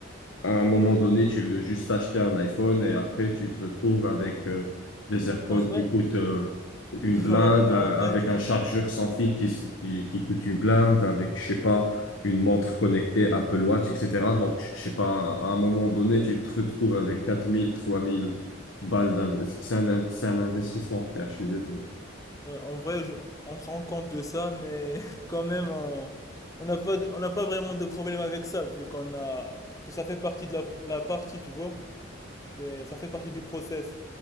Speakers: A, on the left; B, on the left.
A: à un moment donné, tu veux juste acheter un iPhone et après, tu te retrouves avec euh, des AirPods
B: En vrai,
A: qui coûtent euh, une
B: <laughs>
A: blinde,
B: ouais, en
A: euh,
B: vrai,
A: avec un chargeur sans fil qui, s- qui, qui coûte une blinde, avec, je sais pas, une montre connectée, Apple Watch, etc. Donc, je je sais pas, à un moment donné, tu te retrouves avec 4000, 3000 balles d'investissement. C'est un, in- c'est un investissement, frère, je suis désolé.
B: ouais, en vrai, je- on se rend compte de ça, mais <laughs> quand même, on on n'a pas, de- on n'a pas vraiment de problème avec ça, vu qu'on a, que ça fait partie de la, de la partie, tu vois. C'est, ça fait partie du process.